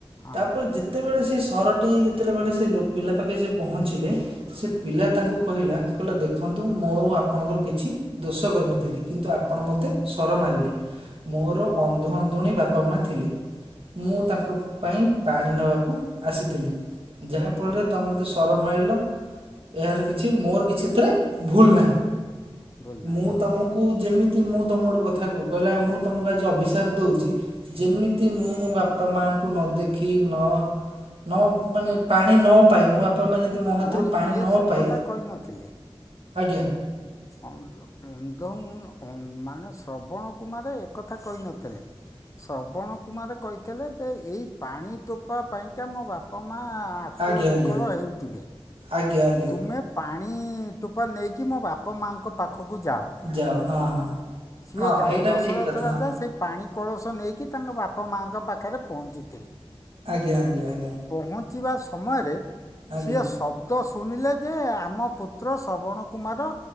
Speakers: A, on the left (about 35°); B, on the right (about 70°).
A: ହଁ
B: ତାପରେ ଯେ ସେତେବେଳେ ସେ ସରଟି ଯେତେଳେବେଳେ ସେ ପିଲା ପାଖେ ଯେ ପହଞ୍ଚିଲେ ସେ ପିଲା ତାଙ୍କୁ କହିଲା କହିଲା ଦେଖନ୍ତୁ ମୁଁ ଆଉ ଆପଣଙ୍କର କିଛି ଦୋଷ କରନି ଥିଲି କିନ୍ତୁ ଆପଣ ମୋତେ ସର ମାରିଲେ ମୋର ଅଧ ଅନ୍ଧୁଣୀ ବାପା ମା ଥିଲେ। ମୁଁ ତାଙ୍କ ପାଇଁ ପାଣି ନବାକୁ ଆସିଥିଲି। ଯାହା ଫଳରେ ତ ମତେ ସର ମାଇଲ ଏହାର କିଛି ମୋର କିଛି ଏଥିରେ ଭୁଲ ନାହିଁ।
A: ଭୁଲ ନାହିଁ
B: ମୁଁ
A: ହଁ
B: ତମ କୁ ଯେମିତି ମୁଁ ତମକୁ ଗୋଟେ କଥା କହୁ କହିଲା ମୁଁ ତମକୁ ଆଜି ଅଭିସାପ ଦଉଛି ଯେମିତି ମୁଁ ମୋ ବାପା ମାଙ୍କୁ ନ ଦେଖି ନ ନ ମାନେ ପାଣି ନ ପାଇ ମୋ ବାପା ମା ଯଦି ମୋ ହାତରୁ
A: ନାଇଁ
B: ପାଣି
A: ଇଏ
B: ନ
A: ସେ
B: ପାଇ
A: କଥା କହିନଥିଲେ
B: ଆଜ୍ଞା।
A: ଅନ୍ଧ ମାନେ ଶ୍ରବଣ କୁମାର ଏକଥା କହିନଥିଲେ।
B: <inaudible>
A: ଶ୍ରବଣ କୁମାର କହିଥିଲେ ଯେ ଏଇ ପାଣି ଟୋପା ପାଇଁକା ମୋ ବା ବାପା ମା ଆକୁଳ
B: ଆଜ୍ଞା ଆଜ୍ଞା
A: ବିକଳ ହେଉଥିବେ।
B: ଆଜ୍ଞା ଆଜ୍ଞା।
A: ତୁମେ ପାଣି ଟୋପା ନେଇକି ମୋ ବାପା ମାଆଙ୍କ ପାଖକୁ ଯାଅ।
B: ଯାଅ ହଁ ହଁ।
A: ସିଏ
B: ହଁ
A: ଯାଏ
B: ଏଇଟା
A: ଦଶହରଥ
B: ବି ଠିକ କଥା
A: ରାଜା
B: ହଁ
A: ସେ ପାଣି କଳସ ନେଇକି ତାଙ୍କ ବାପା ମାଙ୍କ ପାଖରେ ପହଞ୍ଚିଥିଲେ।
B: ଆଜ୍ଞା ଆଜ୍ଞା ଆଜ୍ଞା
A: ପହଞ୍ଚିବା ସମୟରେ
B: ଆଜ୍ଞା
A: ସିଏ ଶବ୍ଦ ଶୁଣିଲେ ଯେ ଆମ ପୁତ୍ର ଶ୍ରବଣ କୁମାର